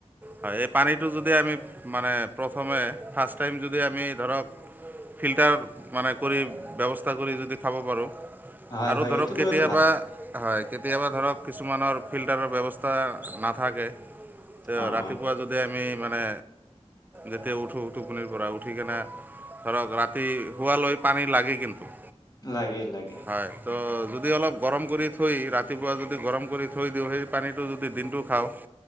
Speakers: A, on the right; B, on the left.
A: হয় এই পানীটো যদি আমি মানে প্ৰথমে ফাৰ্ষ্ট টাইম যদি আমি ধৰক ফিল্টাৰ মানে কৰি ব্যৱস্থা কৰি যদি খাব পাৰোঁ
B: হয়
A: আৰু
B: হয়
A: ধৰক
B: এইটো
A: কেতিয়াবা
B: কৰিলেতো ভাল
A: হয় কেতিয়াবা ধৰক কিছুমানৰ ফিল্টাৰৰ ব্যৱস্থা নাথাকে তে
B: অ
A: ৰাতিপুৱা
B: অ
A: যদি আমি মানে যেতিয়া উঠোঁ টোপনিৰ পৰা, উঠি কেনে ধৰক ৰাতি শোৱালৈ পানী লাগে কিন্তু।
B: লাগে লাগে।
A: হয় তো যদি অলপ গৰম কৰি থৈ ৰাতিপুৱা যদি গৰম কৰি থৈ দিওঁ, সেই পানীটো যদি দিনটো খাওঁ